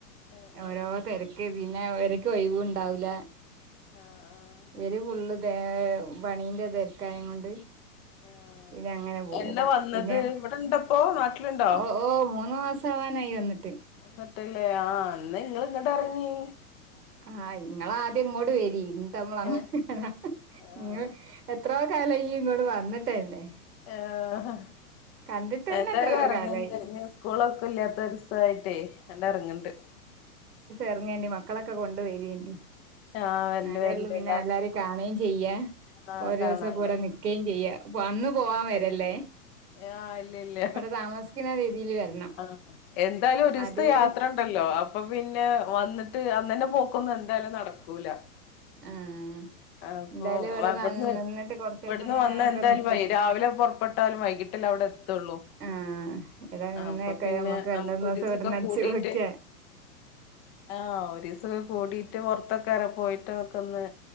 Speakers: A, on the left (about 40°); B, on the right (about 80°).
A: ആഹ്
B: ഓരോ തിര ക്ക്‌ പിന്നെ ഇവർക്ക് ഒഴിവ് ഉണ്ടാവില്ല
A: ആഹ് ആഹ്
B: ഇവര് ഫുള്ള് തി ക്ക്‌ പണീന്റെ തിരക്കായം കൊണ്ട്
A: ആഹ് ആഹ്
B: പിന്നെ അങ്ങനെ പോകും
A: എന്നാ വന്നത്
B: പിന്നെ
A: ഇവിടെണ്ടപ്പോ നാട്ടിലുണ്ടോ
B: ഓ ഓ മൂന്ന് മാസ് സാവാനായി വന്നി
A: എന്നിട്ടല്ലേ ആഹ് എന്ന നിങ്ങള് ഇങ്ങോട്ട് ഇറങ്ങി
B: ആഹ് ഇങ്ങള് ആദ്യം ഇങ്ങോട്ട് വരീ എന്നിട്ട് ഞമ്മള് അങ്ങോട്ട്
A: ഏഹ്
B: ഇറങ്ങാം
A: ആഹ്
B: ഇങ്ങള് എത്ര കാലായി ഇയ്യ് ഇങ്ങോട് വന്നിട്ട് തന്നെ
A: ആഹ്
B: കണ്ടിട്ടന്നെ
A: എന്തായാലും
B: എത്രയോ
A: ഇറങ്ങൊണ്ട്
B: കാലായി
A: ഇനി സ്കൂളൊക്കെ ഇല്ലാത്ത ഒര് <unintelligible> ആയിട്ടേ എണ്ട് ഇറങ്ങുണ്ട്
B: ഇറങ്ങേന്റെ മക്കളൊക്കെ കൊണ്ട് വരേന്റി
A: ആഹ് വരണ്ട്
B: അതേയുള്ളു
A: വരണ്ട്
B: പിന്നെ
A: എല്ലാർക്കും
B: എല്ലാരെയും കാണുകയും ചെയ്യാം
A: ആഹ്
B: ഒരു
A: കാണാല്ലോ
B: ദിവസം ഒക്കെ ഇവിടെ നിക്കേം ചെയ്യാം വന്ന് പോവാൻ വരല്ലേ
A: ആഹ് ഇല്ലില്ല
B: ഇവിടെ താമസിക്കുന്ന രീതിയിൽ വരണം
A: ആഹ് എന്തായാലും ഒരു ദിവസത്തെ
B: അതേ
A: യാത്ര ഉ ണ്ടല്ലോ അപ്പൊ പിന്നെ വന്നിട്ട് അന്ന് തന്നെ പോക്കൊന്നും എന്തായാലും നടക്കൂല
B: ആഹ്
A: അപ്പൊ
B: എന്തായാലും ഇവിടെ
A: ഇവിടുന്ന്
B: നിന്നിട്ട് കൊറച്ച്
A: ഇവിടുന്ന്
B: ദിവസം ഇങ്ങനെ
A: വന്ന്
B: ഒക്കെ
A: എന്തായാലും
B: നിക്കാം
A: വൈ രാവിലെ പൊറപ്പെട്ടാലും വൈകി ട്ടില് അവിടെ എത്തുള്ളൂ
B: ആഹ് ഇവിടെ നിന്ന്
A: ആഹ് അപ്പൊ
B: ഒക്കെ
A: പിന്നെ
B: നമ്മക്ക് രണ്ട്
A: നമുക്ക്
B: മൂന്ന്
A: ഒരു
B: ദിവസം
A: ദിവസൊക്കെ
B: ഇവിടെന്ന് അടിച്ച്
A: കൂടിട്ട്
B: പൊളിക്കാം
A: ആഹ് ഒരീസം ഒക്കെ കൂടിട്ട് പൊറത്തൊക്കെ അര് പോയിട്ട് നമുക്കൊന്ന്